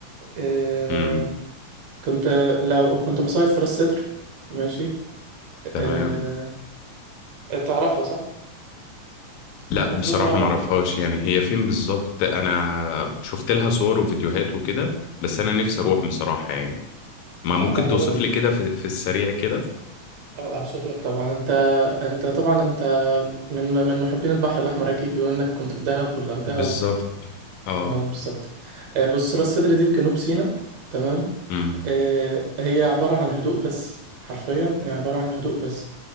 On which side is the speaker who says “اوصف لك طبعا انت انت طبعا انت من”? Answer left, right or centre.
Right